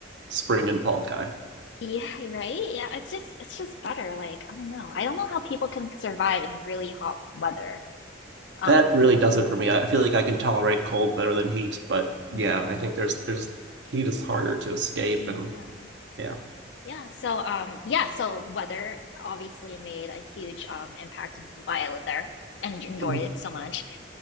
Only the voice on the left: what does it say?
yeah, right? Yeah, it's just, it's just better. Like, I don't know. I don't know how people can survive in really hot weather. Um,
yeah,
yeah,
yeah. So, um, yeah, so weather obviously made a huge, um, impact in why I live there and enjoyed
it so much.